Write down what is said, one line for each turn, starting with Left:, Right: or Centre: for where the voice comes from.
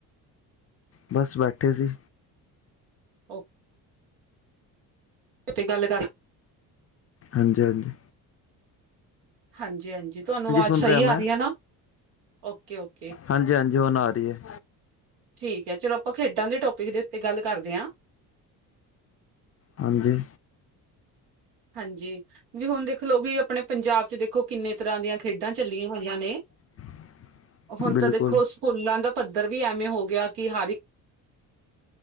Left: ਬਸ ਬੈਠੇ ਸੀ
Right: ਓ ਉਥੇ ਗੱਲ ਕਰ
Left: ਹਾਂਜੀ-ਹਾਂਜੀ।
Right: ਹਾਂਜੀ ਹਾਂਜੀ ਤੁਹਾਨੂੰ ਆਵਾਜ਼
Left: ਸੁਣ
Right: ਸਹੀ
Left: ਰਿਹਾ
Right: ਆ
Left: ਮੈਂ,
Right: ਰਹੀ ਹੈ ਨਾ ਓਕੇ ਓਕੇ
Left: ਹਾਂਜੀ ਹਾਂਜੀ ਹੁਣ ਰਹੀ ਹੈ
Right: ਠੀਕ ਹੈ, ਚਲੋ ਆਪਾਂ ਖੇਡਾਂ ਦੇ ਟੋਪਿਕ ਦੇ ਉੱਤੇ ਗੱਲ ਕਰਦੇ ਹਾਂ
Left: ਹਾਂਜੀ
Right: ਹਾਂਜੀ ਵੀ ਹੁਣ ਦੇਖ ਲਓ ਵੀ ਆਪਣੇ ਪੰਜਾਬ ਚ ਦੇਖੋ ਕਿੰਨੇ ਤਰ੍ਹਾਂ ਦੀਆਂ ਖੇਡਾਂ ਚੱਲੀਆਂ ਹੋਈਆਂ ਨੇ।
Left: <unintelligible>
Right: ਹੁਣ
Left: ਬਿਲਕੁਲ।
Right: ਤਾਂ ਦੇਖੋ ਸਕੂਲਾਂ ਦਾ ਪੱਧਰ ਵੀ ਐਵੇਂ ਹੋ ਗਿਆ ਕਿ ਹਰ